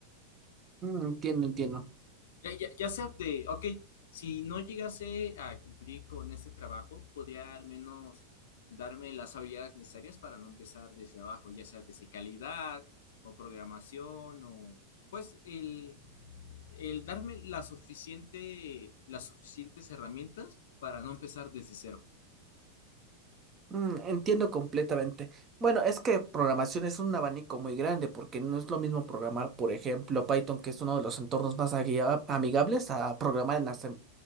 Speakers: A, on the right; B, on the left.
A: Mm, entiendo, entiendo.
B: Ya, ya, ya sea de, ok, si no llegase a cumplir con este trabajo, podría al menos darme las habilidades necesarias para no empezar desde abajo, ya sea desde calidad o programación o pues el, el darme la suficiente, las suficientes herramientas para no empezar desde cero.
A: Mm, entiendo completamente. Bueno, es que programación es un abanico muy grande, porque no es lo mismo programar, por ejemplo, Python, que es uno de los entornos más aguia- amigables, a programar en, asem-